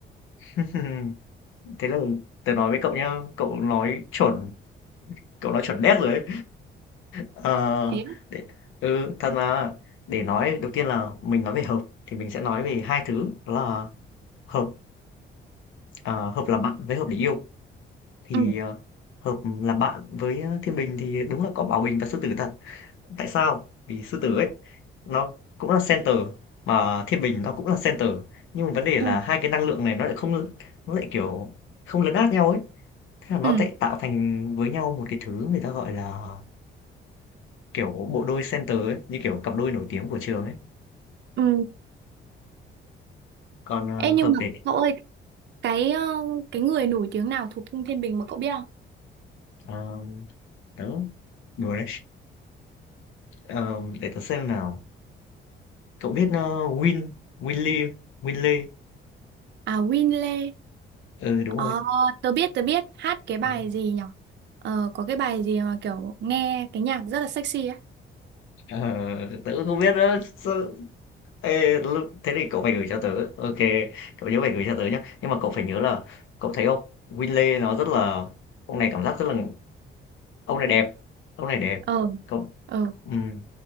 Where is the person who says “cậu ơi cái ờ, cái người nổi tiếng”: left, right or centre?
Right